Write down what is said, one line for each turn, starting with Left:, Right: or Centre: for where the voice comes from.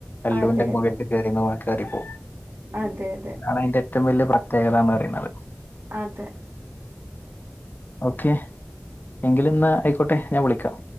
Left: അല്ലുവിന്റെ
Right: അതെ അതെ
Left: മൂവി ഒക്കെ കേറിണ പോലെ കേറിപ്പോവും
Right: അതെ അതെ
Left: അതാണ് അയിന്റെ ഏറ്റം വലിയ പ്ര പ്രത്യേകതാന്ന് പറിന്നത്
Right: അതെ
Left: ഓക്കെ എങ്കില് ഇന്നാ ആയിക്കോട്ടെ ഞാൻ വിളിക്കാം